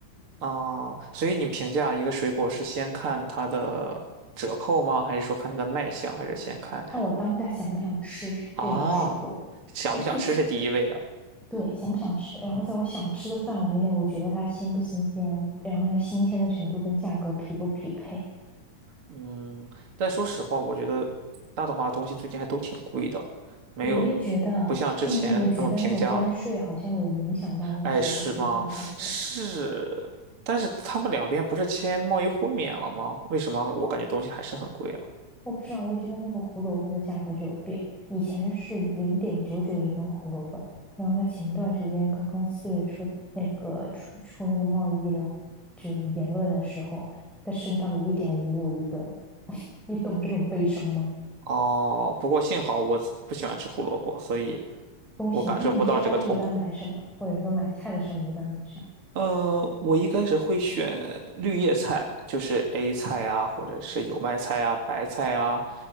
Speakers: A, on the right; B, in the centre.
A: 啊，所以你评价一个水果是先看它的折扣吗？还是说看它的卖相？还是先看
B: 看我当下想不想吃这样水果。
A: 啊，想不想吃是第一位的？
B: 哎，最近对，想不想吃？然后在我想吃的范围内，我觉得它新不新鲜，然后它新鲜的程度跟价格匹不匹配。
A: 嗯，但说实话，我觉得大董话东西最近还都挺贵的，没有
B: 我也觉得，
A: 不像之前那么平价了。
B: 哎，你有没有觉得那个关税好像有影响到那个水果蔬菜的价格？
A: 哎，是吗？是，但是他们两边不是签贸易互免了吗？为什么我感觉东西还是很贵啊？
B: 我不知道，我觉得那个胡萝卜的价格就有变，以前是零点九九一根胡萝卜，然后它前段时间刚刚四月初那个出出那个贸易的，就是言论的时候，它升到了一点五五一根，<laughs> 你懂这种悲伤吗？
A: 哦，不过幸好我不喜欢吃胡萝卜，所以
B: 东西，
A: 我感受不到这个痛苦。
B: 那你去超市一般买什么？或者说买菜的时候，你一般买啥？
A: 呃，我一开始会选绿叶菜，就是 A 菜啊，或者是油麦菜啊、白菜啊、